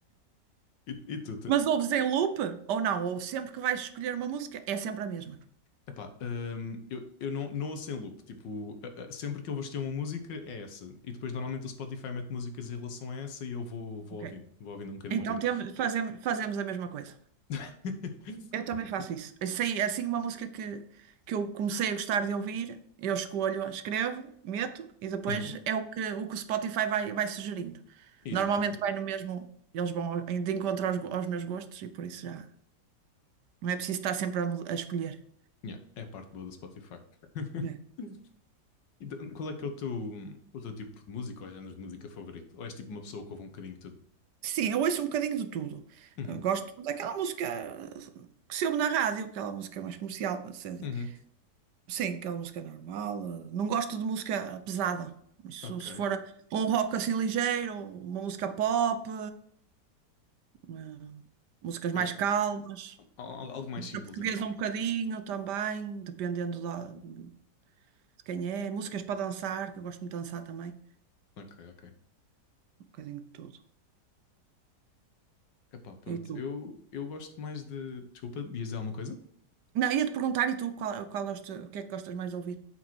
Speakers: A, on the left; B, on the right.
A: E, e tu,
B: Mas ouves em loop ou não? Ou sempre que vais escolher uma música, é sempre a mesma.
A: Epá, hum, eu, eu não, não ouço em loop. Tipo, a- a- sempre que eu vou assistir uma música, é essa. E depois, normalmente, o Spotify mete músicas em relação a essa e eu vou, vou
B: Ok.
A: ouvindo. Vou ouvindo um bocadinho
B: Então
A: de tudo.
B: temos, fazemos, fazemos a mesma coisa.
A: <laughs>
B: Eu também faço isso. Eu sei, assim, uma música que, que eu comecei a gostar de ouvir, eu escolho, escrevo, meto e depois
A: Uhum,
B: é o que o, que o Spotify vai, vai sugerindo.
A: exatamente.
B: Normalmente vai no mesmo, eles vão ao- de encontro aos, go- aos meus gostos e por isso já não é preciso estar sempre a, mu- a escolher.
A: Yeah, é a parte boa do Spotify. <laughs>
B: É.
A: Então, qual é que é o teu, o teu tipo de música ou género de música favorito? Ou és tipo uma pessoa que ouve um bocadinho de tudo?
B: Sim, eu ouço um bocadinho de tudo.
A: Uhum,
B: Eu gosto daquela música que se ouve na rádio, aquela música mais comercial. não sei.
A: uhum,
B: Sim, aquela música normal. eh, Não gosto de música pesada. Isso,
A: ok.
B: se for um rock assim ligeiro, uma música pop, eh, músicas
A: Ok.
B: mais calmas,
A: Al- Algo mais
B: música
A: simples,
B: portuguesa
A: então.
B: um bocadinho também, dependendo da- de quem é. Músicas para dançar, que eu gosto muito de dançar também.
A: Ok, ok.
B: Um bocadinho de tudo.
A: Epá, pronto.
B: E tu?
A: Eu, eu gosto mais de. Desculpa, ias dizer alguma coisa?
B: Não, ia-te perguntar, e tu, qual, qual é o, teu- o que é que gostas mais de ouvir?